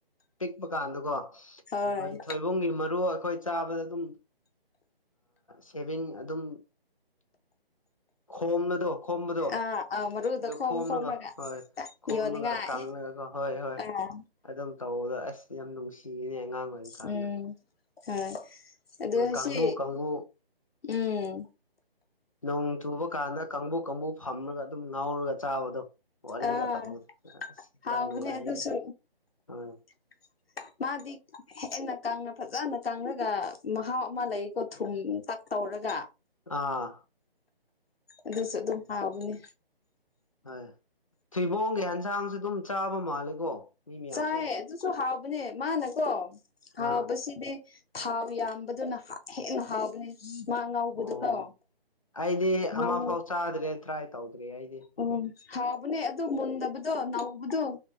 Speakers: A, on the left; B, on the left.
A: ꯄꯤꯛꯄ ꯀꯥꯟꯗꯀꯣ
B: ꯍꯣꯏ
A: ꯑꯩꯈꯣꯏ ꯊꯣꯏ ꯕꯨꯡꯒꯤ ꯃꯔꯨ ꯑꯩꯈꯣꯏ ꯆꯥꯕꯗ ꯑꯗꯨꯝ ꯁꯦꯚꯦꯟ ꯑꯗꯨꯝ ꯈꯣꯝꯕꯗꯣ ꯈꯣꯝꯕꯗꯣ
B: ꯑꯥ ꯑꯥ ꯃꯔꯨꯗ
A: ꯑꯗꯨ
B: ꯈꯣꯝ
A: ꯈꯣꯝꯂꯒ
B: ꯈꯣꯝꯔꯒ
A: ꯍꯣꯏ ꯈꯣꯝꯂꯒ
B: ꯌꯣꯟꯅꯤꯡꯉꯥꯏ
A: ꯀꯪꯔꯒ ꯍꯣꯏ ꯍꯣꯏ
B: ꯑꯥ
A: ꯑꯗꯨꯝ ꯇꯧꯕꯗ ꯑꯁ ꯌꯥꯝ ꯅꯨꯡꯁꯤꯅꯦ ꯑꯉꯥꯡ ꯑꯣꯏꯔꯤ ꯀꯥꯟꯗꯣ
B: ꯎꯝ ꯍꯣꯏ ꯑꯗꯣ ꯉꯁꯤ
A: ꯀꯥꯡꯕꯨ ꯀꯥꯡꯕꯨ
B: ꯎꯝ
A: ꯅꯣꯡ ꯆꯨꯕ ꯀꯥꯟꯗ ꯀꯥꯡꯕꯨꯛ ꯀꯥꯡꯕꯨꯛ ꯐꯝꯃꯒ ꯑꯗꯨꯝ ꯉꯧꯔꯒ ꯆꯥꯕꯗꯣ ꯋꯥꯔꯤꯒ
B: ꯑꯥ
A: ꯇꯧꯕ ꯑꯁ
B: ꯍꯥꯎꯕꯅꯦ
A: ꯌꯥꯝ ꯅꯨꯡꯉꯥꯏꯔꯦ
B: ꯑꯗꯨꯁꯨ
A: ꯍꯣꯏ
B: <unintelligible> ꯃꯥꯗꯤ ꯍꯦꯟꯅ ꯀꯪꯉ ꯐꯖꯅ ꯀꯪꯉꯒ ꯃꯍꯥꯎ ꯑꯃ ꯂꯩꯀꯣ ꯊꯨꯝꯇꯛ ꯇꯧꯔꯒ
A: ꯑꯥ
B: ꯑꯗꯨꯁꯨ ꯑꯗꯨꯝ ꯍꯥꯎꯕꯅꯦ
A: ꯍꯣꯏ ꯊꯩꯕꯣꯡꯒꯤ ꯏꯟꯁꯥꯡꯁꯨ ꯑꯗꯨꯝ ꯆꯥꯕ ꯃꯥꯜꯂꯦꯀꯣ ꯃꯤ ꯃꯌꯥꯝꯁꯦ
B: ꯆꯥꯏ ꯑꯗꯨꯁꯨ ꯍꯥꯎꯕꯅꯦ ꯃꯥꯅꯀꯣ ꯍꯥꯎꯕꯁꯤꯗꯤ
A: ꯑꯥ
B: ꯊꯥꯎ ꯌꯥꯝꯕꯗꯨꯅ ꯍꯦꯟꯅ ꯍꯥꯥꯎꯕꯅꯦ ꯃꯥ ꯉꯧꯕꯗꯨꯀꯣ
A: ꯑꯣ ꯑꯩꯗꯤ
B: ꯀꯩꯅꯣ
A: ꯑꯃꯐꯥꯎ
B: ꯉꯧ
A: ꯆꯥꯗ꯭ꯔꯦ ꯇ꯭ꯔꯥꯏ ꯇꯧꯗ꯭ꯔꯦ ꯑꯩꯗꯤ ꯍꯥꯏꯗꯤ
B: ꯎꯝ ꯍꯥꯎꯕꯅꯦ ꯑꯗꯨ ꯃꯨꯟꯗꯕꯗꯣ ꯅꯧꯕꯗꯣ